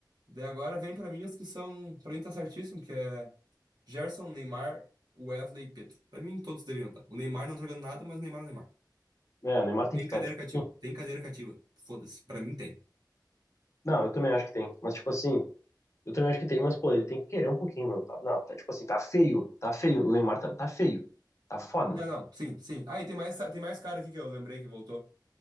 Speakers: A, on the right; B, on the left.
A: Daí agora vem pra mim os que são. Pra mim tá certíssimo, que é Gerson, Neymar, Wesley e Pedro. Pra mim todos deveriam estar. O Neymar não tá jogando nada, mas o Neymar é o Neymar.
B: É, o Neymar tem
A: Tem
B: que
A: cadeira
B: estar, tipo,
A: cativa.
B: assim,
A: Tem cadeira cativa. Foda-se. Pra mim tem.
B: não, eu também acho que tem, mas tipo assim, eu também acho que tem, mas pô, ele tem que querer um pouquinho, mano. Tá- Não, tá tipo assim, tá feio, tá feio, o Neymar tá, tá feio, tá foda.
A: Não, não. Sim, sim. Ah, e tem mais, tem mais cara aqui que eu lembrei que voltou.